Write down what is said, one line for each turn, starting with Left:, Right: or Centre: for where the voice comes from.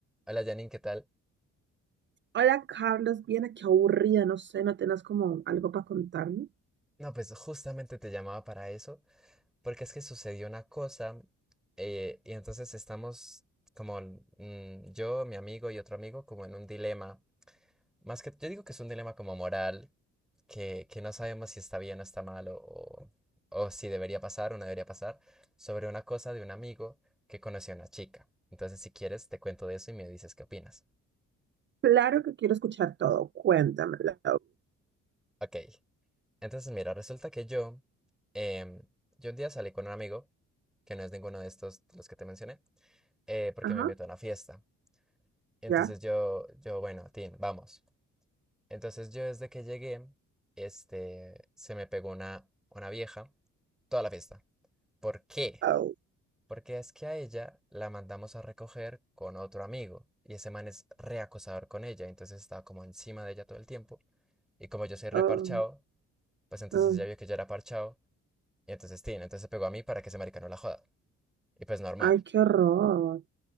Centre: Hola Janine, ¿qué tal?
Right: Hola Carlos, bien, qué aburrida, no sé, no tenés como algo para contarme.
Centre: No, pues justamente te llamaba para eso, porque es que sucedió una cosa eh, y entonces estamos como mm, yo, mi amigo y otro amigo como en un dilema, más que yo digo que es un dilema como moral, que, que no sabemos si está bien o está mal o, o- o si debería pasar o no debería pasar, sobre una cosa de un amigo que conoció a una chica. Entonces, si quieres, te cuento de eso y me dices qué opinas.
Right: Claro que quiero escuchar todo. Cuéntamelo.
Centre: Ok, entonces mira, resulta que yo, em, yo un día salí con un amigo. que no es ninguno de estos, de los que te mencioné, eh, porque
Right: Ajá,
Centre: me invitó a una fiesta. Entonces
Right: ya.
Centre: yo, yo, bueno, Tin, vamos. Entonces yo desde que llegué, este, se me pegó una, una vieja toda la fiesta. ¿Por qué?
Right: Oh,
Centre: Porque es que a ella la mandamos a recoger con otro amigo y ese man es reacosador con ella, entonces estaba como encima de ella todo el tiempo y como yo soy reparchado,
Right: oh,
Centre: pues entonces
Right: oh.
Centre: ella vio que yo era parchado y entonces Tin, entonces se pegó a mí para que ese marica no la joda. Y pues normal.
Right: Ay, qué horror.